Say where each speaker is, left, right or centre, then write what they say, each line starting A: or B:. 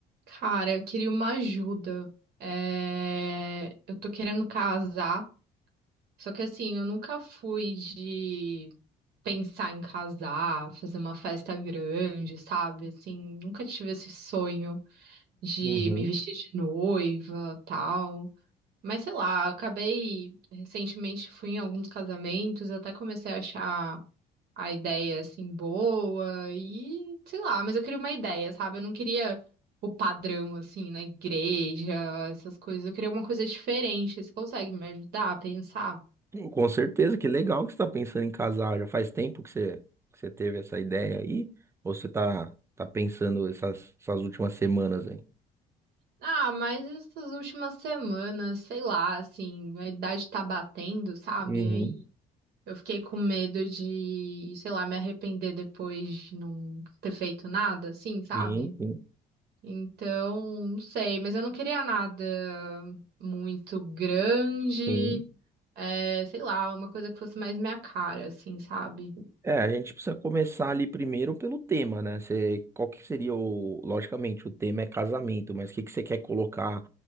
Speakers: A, on the right (about 70°); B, on the right (about 15°).
A: Cara, eu queria uma ajuda. É, Eu tô querendo casar, só que assim, eu nunca fui de pensar em casar, fazer uma festa grande, sabe? Assim, nunca tive esse sonho de
B: Uhum.
A: me vestir de noiva, tal. Mas sei lá, eu acabei recentemente fui em alguns casamentos, eu até comecei a achar a ideia assim boa e sei lá, mas eu queria uma ideia, sabe? Eu não queria o padrão assim na igreja, essas coisas. Eu queria uma coisa diferente. Você consegue me ajudar a pensar?
B: Com certeza, que legal que você está pensando em casar. Já faz tempo que você, que você teve essa ideia aí? Ou você tá, tá pensando essas, essas últimas semanas aí?
A: Ah, mas essas últimas semanas, sei lá, assim, a idade tá batendo, sabe?
B: Uhum.
A: Aí eu fiquei com medo de, sei lá, me arrepender depois de não ter feito nada, assim, sabe?
B: Sim, sim,
A: Então, não sei, mas eu não queria nada muito grande.
B: sim.
A: É, sei lá, uma coisa que fosse mais minha cara, assim, sabe?
B: É, a gente precisa começar ali primeiro pelo tema, né? Você, qual que seria o. Logicamente, o tema é casamento, mas o que que você quer colocar